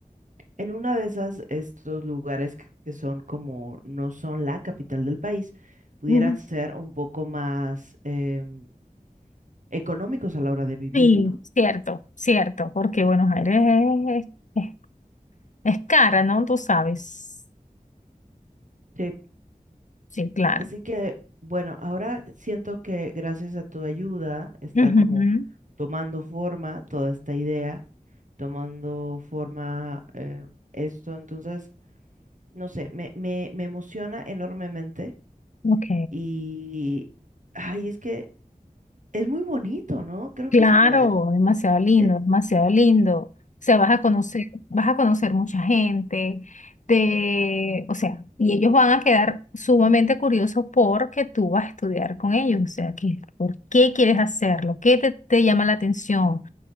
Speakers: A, on the right (about 60°); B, on the left (about 60°).
A: En una de esas, estos lugares que que son como no son la capital del país, pudieran
B: Mm,
A: ser un poco más em, económicos a la hora de vivir,
B: Sí,
A: ¿no?
B: cierto, cierto, porque Buenos Aires es, es- es cara, ¿no? Tú sabes.
A: Sí.
B: Sí, claro.
A: Así que, bueno, ahora siento que gracias a tu ayuda está
B: Ujú,
A: como tomando forma toda esta idea, tomando forma eh, esto. Entonces, no sé, me, me, me emociona enormemente
B: Ok.
A: y, ay, es que es muy bonito, ¿no? Creo
B: Claro,
A: que es una,
B: demasiado lindo,
A: Eh,
B: demasiado lindo. O sea, vas a conocer, vas a conocer mucha gente, te, o sea, y ellos van a quedar sumamente curiosos porque tú vas a estudiar con ellos. O sea, que, ¿por qué quieres hacerlo? ¿Qué te, te llama la atención?